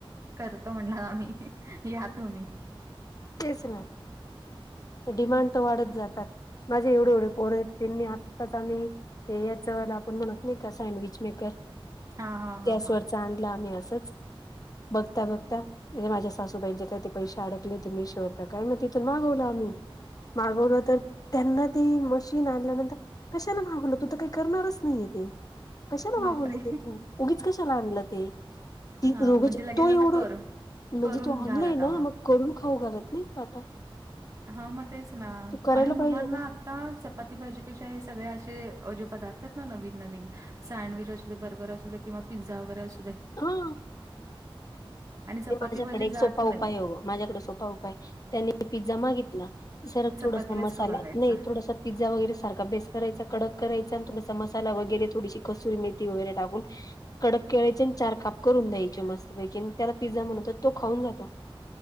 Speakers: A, on the right; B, on the left.
A: करत म्हण या तुम्ही
B: तेच ना डिमांड तर वाढत जातात. माझे एवढे एवढे पोर आहेत. त्यांनी आत्ताच आम्ही ते याच वला आपण म्हणत नाही का सँडविच मेकर
A: हा हा
B: गॅसवरती
A: हा हा
B: लाम्ही असच बघता बघता म्हणे माझ्या सासूबाईंचे काही ते पैसे अडकले मिशोवर मागवलं आम्ही मागवल तर त्यां त टीन आणल्यानंतर कशाने मागवलं तू तर काही करणारच नाही. ते कशाला
A: बापरे
B: वागते तू उगीच कशाला आणलं ते
A: हा
B: रोग
A: म्हणजे लगेच
B: तो एवढं
A: आता कर
B: म्हणजे
A: करून
B: तो आणलाय
A: घाल आता
B: ना मग करून खाऊ घालत नाही. तू आता
A: हा मग तेच ना
B: तू करायला
A: आणि मुलांना
B: पाहिजे ना
A: आता चपाती भाजीपेक्षा हे सगळे्या असे जे पदार्थ आहेत. ना नवीन नवीन सँडविच अस बर्गर असू किंवा पिझ्झ वगर अस
B: हा
A: आणि चपाती
B: माझ्याकडे
A: भाजी
B: एक
A: जात
B: सोपा
A: नाही.
B: उपाय हो माझ्याकडे सोपा उपाय त्यानी पिझ्झा मागितला जर
A: चपातीलाच
B: थोडासा मसाला
A: करून द्यायचं.
B: नाही थोडासा पिझ्जा वैरे सारखाेस करायचा कड करायचा आणि थोडासाला वगैरे थोडीशी कसुरी मेथी वगैरे टाकून कडक केळाचे आणि चार काप करून द्यायचे मस्तपैकी त्याला पिझ्झा म्हणत तो खाऊन जातो.